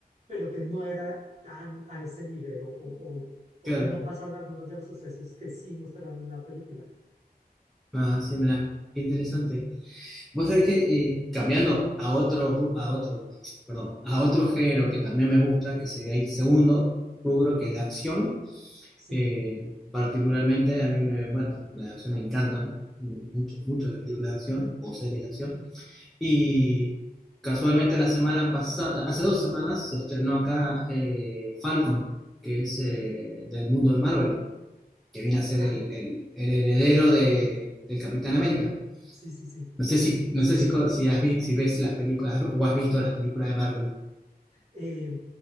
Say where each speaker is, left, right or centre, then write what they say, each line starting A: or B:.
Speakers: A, on the right; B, in the centre.
A: pero que no era tan a ese nivel o, o- o- o
B: claro.
A: que no pasaron algunos de los sucesos que sí mostraron en la película.
B: Ah, sí, mira, qué interesante. Vos sabés que eh, cambiando a otro, ru- a otro, perdón, a otro género que también me gusta, que sería el segundo rubro, que es la acción.
A: Sí,
B: eh, particularmente a mí me, bueno, la acción me encantan mu- mucho, mucho las películas de acción o series de acción. Y casualmente la semana pasada, hace dos semanas, se estrenó acá eh, Falcon, que es eh, del mundo de Marvel, que viene a ser
A: ah,
B: el, el- el heredero de, del Capitán América.
A: sí, sí, sí.
B: No sé si, no sé si, co- si, has vi- si ves las películas o has visto las películas de Marvel.
A: Eh,